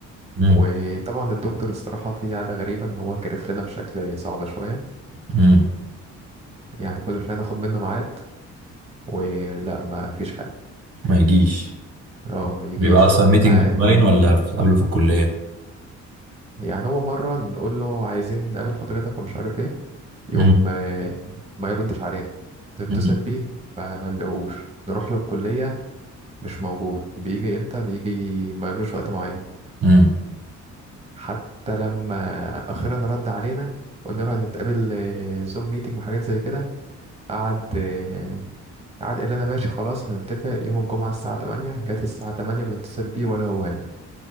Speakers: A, on the right; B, on the right.
A: مم.
B: وطبعا الدكتور الصراحة في عادة غريبة ان هو كرف لنا بشكل صعب شوية
A: مم.
B: يعني كل شوية ناخد منه ميعاد ولا ما فيش حاجة
A: ما يجيش
B: هو ما يجيش
A: بيبقى اصلا ميتنج
B: ما
A: اونلاين ولا بتتقابلوا في الكليه
B: يعني هو مرة نقول له عايزين نقابل حضرتك ومش عارف ايه يقوم
A: امم
B: آه، ما يردش علينا نتصل
A: امم
B: بيه ما ما نلاقوش نروح له الكلية مش موجود بيجي امتى بيجي ملوش وقت معين
A: أمم.
B: حتى لما أخيرا رد علينا قلنا له هنتقابل زوم ميتنج وحاجات زي كده قعد آه، قعد قال لنا ماشي خلاص هنتفق يوم الجمعة الساعة 8 جت الساعة 8 بنتصل بيه ولا هو هنا